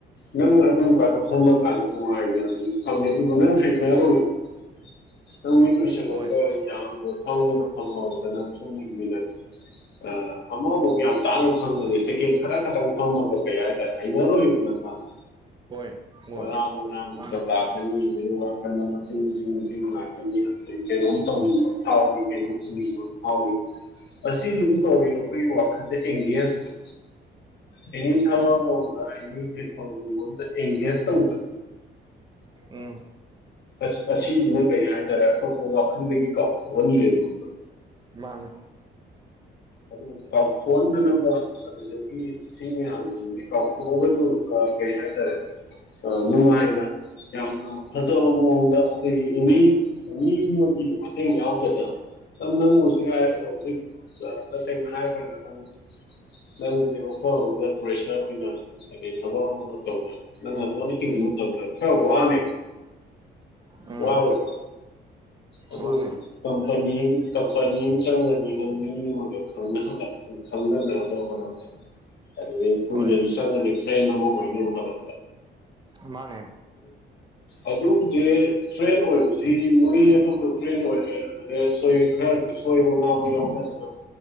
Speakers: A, on the left; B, on the right.
A: ꯅꯪ ꯑꯗꯨ ꯀꯥꯟꯗ ꯐꯝꯃ ꯀꯥꯟꯗ ꯅꯨꯡꯉꯥꯏꯅꯗꯤ ꯐꯪꯉꯦ ꯗꯨꯒ ꯅꯪ <unintelligible> ꯔꯤꯕꯣ ꯅꯪ ꯃꯤꯠ ꯑꯨꯏꯁꯜꯂꯒ
B: ꯍꯣꯏ
A: ꯌꯥꯝꯅ ꯐꯪꯗꯅ <unintelligible> ꯃꯤꯅ ꯑꯥ ꯑꯃꯃꯨꯛ ꯌꯥꯝ ꯇꯥꯡꯅ ꯐꯪꯕꯅꯤ ꯁꯦꯀꯦꯟ ꯈꯔ ꯈꯛꯇꯪ ꯐꯝꯃꯒꯥ ꯀꯩ ꯍꯥꯏꯇꯥꯏ ꯍꯩꯅꯔꯣꯏꯕ ꯅꯁꯥꯁꯦ
B: ꯍꯣꯏ ꯍꯣꯏ
A: ꯃꯔꯥꯡ ꯃꯔꯥꯡ
B: ꯃꯥꯅꯦ
A: ꯆꯥꯕ꯭ꯂꯛ <unintelligible> ꯋꯥꯈꯟ ꯑꯃ ꯃꯇꯤꯡ ꯃꯇꯤꯡ ꯃꯇꯤꯡ ꯂꯛꯀꯅꯤ ꯀꯩꯅꯣꯝ ꯇꯧꯅꯤꯡꯕ ꯐꯧꯅꯤ ꯀꯩꯅꯣꯝ ꯇꯧꯅꯤꯡꯕ ꯑꯝ ꯐꯧꯅꯤ ꯑꯁꯤꯒꯤꯗꯤ ꯀꯧꯒꯦꯔꯣ ꯈꯣꯏꯒꯤ ꯋꯥꯈꯟꯁꯦ ꯑꯦꯡꯒꯦꯖ ꯑꯣꯏ ꯑꯦꯅꯤ <unintelligible> ꯑꯣꯔ <unintelligible> ꯑꯥꯅꯤ ꯄ꯭ꯂꯦꯠꯐꯧ ꯒꯨꯝꯕ ꯑꯃꯗꯥ ꯑꯦꯡꯒꯦꯖ ꯇꯧꯕꯁꯦ
B: ꯎꯝ
A: ꯑꯁ ꯑꯁꯤꯁꯤꯅ ꯀꯩ ꯍꯥꯏꯇꯥꯔꯦ ꯑꯇꯣꯞꯄ ꯋꯥꯈꯟꯗꯒꯤ ꯀꯥꯎꯊꯣꯛꯍꯜꯂꯦꯕ ꯈꯪꯕ꯭ꯔ
B: ꯃꯥꯥꯅꯦ
A: ꯑꯗꯨꯒ ꯀꯥꯎꯊꯣꯛꯍꯟꯗꯅꯕ ꯁꯥ ꯑꯗꯨꯗꯒꯤ ꯁꯤ ꯃꯌꯥꯝꯁꯤꯡꯁꯦ ꯀꯥꯎꯊꯣꯛ ꯑꯝꯒꯁꯨ ꯀꯥ ꯀꯔꯤ ꯍꯥꯏꯇꯥꯔꯦ ꯑꯥ ꯅꯨꯉꯥꯏꯅ ꯌꯥꯝꯅ ꯐꯖꯕ ꯃꯑꯣꯡꯗ ꯑꯈꯣꯏꯒꯤ ꯑꯦꯃꯤ ꯑꯥ ꯃꯤꯃꯒꯤ ꯃꯇꯦꯡ ꯌꯥꯎꯗꯅ ꯁꯝ ꯅꯪ ꯑꯣꯏꯖꯨ ꯌꯥꯏ ꯍꯧꯖꯤꯛ ꯑꯥ ꯇꯁꯦꯡꯅ ꯍꯥꯏꯔ ꯀꯥꯟꯗ ꯅꯪ ꯅꯪꯁꯦ ꯃꯐꯝ ꯑꯃꯗ ꯄ꯭ꯔꯦꯁꯔ ꯑꯣꯏꯅ ꯀꯩꯀꯩ ꯊꯕꯛ ꯑꯃꯃꯥ ꯇꯩꯅ ꯅꯪ ꯅꯇꯣꯝꯇ ꯍꯤꯡꯕ ꯃꯇꯝꯗ ꯈꯔ ꯋꯥꯅꯤ
B: ꯎꯝ
A: ꯋꯥꯔꯣꯏ ꯑꯗꯨ
B: ꯃꯥꯅꯦ
A: ꯀꯝꯄꯅꯤ ꯑꯝ ꯀꯝꯄꯅꯤ ꯑꯃ ꯆꯪꯉꯗꯤ ꯅꯪ ꯃꯤ ꯑꯃꯒ ꯈꯪꯅꯂꯛ ꯆꯪꯗꯅꯕ ꯍꯣꯠꯅꯕꯗ ꯑꯗꯨꯒꯤ ꯍꯣꯏꯅꯦ
B: ꯍꯣꯏ
A: ꯑꯗꯨ ꯆꯪꯉꯅꯤ ꯐ꯭ꯔꯦꯟ ꯑꯃ ꯑꯣꯏꯅꯤꯕꯀꯣ ꯗꯣ
B: ꯃꯥꯅꯦ
A: ꯑ ꯑꯗꯨꯁꯦ ꯇ꯭ꯔꯦꯟ ꯑꯣꯏꯕꯁꯤ ꯃꯣꯏ ꯑꯗꯨ ꯇ꯭ꯔꯦꯟ ꯑꯣꯏꯔꯦ ꯑꯗꯨꯣꯏ ꯈꯔ ꯁꯣꯏꯕ ꯉꯥ ꯑꯃ ꯌꯥꯎꯅ ꯑꯗꯨ